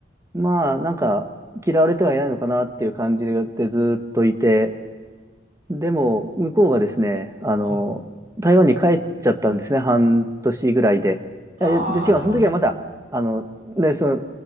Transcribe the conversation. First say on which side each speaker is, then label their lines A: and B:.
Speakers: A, on the right; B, on the right.
A: まあ、なんか、嫌われてはいないのかなっていう感じでずっといて、でも、向こうがですね、あの、
B: はい。
A: 台湾に帰っちゃったんですね、半年ぐらいで。
B: ああ、
A: えで、違う、
B: なるほど。
A: その時はまだ、あの、ね、その、